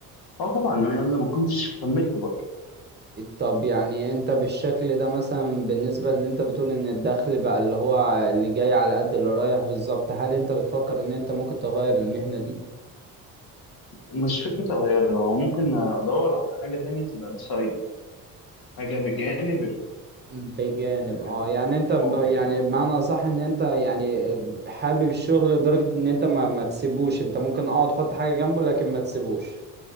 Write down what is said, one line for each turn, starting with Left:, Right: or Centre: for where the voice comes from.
Left: اه طبعا انا لما كنتش كملت برضه
Right: طب يعني انت بالشكل ده مثلا بالنسبة اللي انت بتقول ان الدخل بقى اللي هو اللي جاي على قد اللي رايح بالظبط هل انت بتفكر ان انت ممكن تغير المهنة دي
Left: مش فكره اغيرها هو ممكن ادور على حاجه تانية تبقى بسايد حاجه بجانب
Right: بجانب
Left: ال-
Right: اه
Left: ال-
Right: يعني انت
Left: الشغل
Right: ب... يعني
Left: يعني آه.
Right: بمعنى صح ان انت يعني حابب الشغل لدرجة ان انت ما, ما تسيبوش انت ممكن اه تحط حاجة جنبه لكن ما تسيبوش